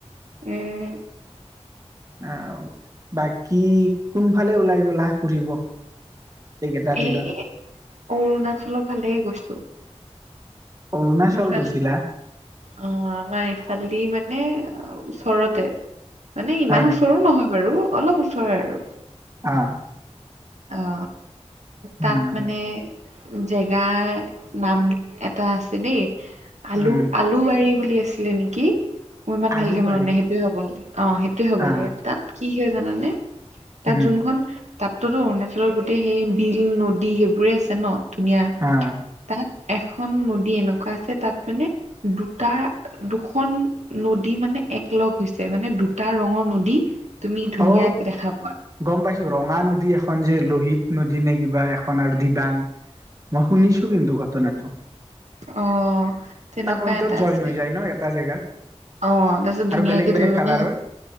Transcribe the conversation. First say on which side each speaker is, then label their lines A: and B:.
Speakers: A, on the right; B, on the right.
A: উম।
B: অহ বাকী কোনফালে ওলাই গলা ফুৰিব? এইকেইটা
A: এই
B: দিনত
A: অৰুণাচলৰ ফালে গৈছো।
B: অৰুণাচল
A: সেফালে
B: গৈছিলা
A: অ আমাৰ ইফালদি মানে ওচৰতে মানে ইমান
B: হয় নেকি
A: ওচৰো নহয় বাৰু অলপ ওচৰে আৰু।
B: অ।
A: অ তাত
B: উম
A: মানে জেগাৰ নাম এটা আছে দেই আলু-আলু
B: উম
A: <unintelligible> আলু বাৰী বুলি আছিলে নেকি? <unintelligible> মোৰ ইমান
B: আলুবাৰী
A: ভালকে মন নাই সেইটোৱে হ'ব লাগে। অঁ, সেইটোৱেই হ'ব
B: আহ
A: লাগে। তাত কি হয় জানানে? <unintelligible> তাত
B: উম
A: যোনখন তাতোতো অৰুণাচলৰ গোটেই সেই বিল, নদী সেইবোৰে আছে ন? <unintelligible> ধুনীয়া
B: আহ
A: তাত এখন নদী এনেকুৱা আছে তাত মানে <unintelligible> দুটা দুখন নদী মানে একলগ হৈছে মানে দুটা ৰঙৰ নদী। <inaudible> তুমি ধুনীয়াকে
B: অ
A: দেখা পোৱা <unintelligible>
B: গম পাইছোঁ। ৰঙা নদী এখন যে লোহিত নদী নে কিবা এখন আৰু দিবাং <unintelligible> মই শুনিছোঁ কিন্তু ঘটনাটো। <unintelligible>
A: অ! <unintelligible> তেনেকুৱা
B: পইন্টত
A: এটা
B: জইন
A: আছে।
B: হৈ যায় ন এটা জেগাত
A: অঁ তাৰপিছত
B: আৰু
A: ধুনীয়াকে
B: বেলেগ বেলেগ
A: তুমি
B: কালাৰৰ
A: মানে <unintelligible>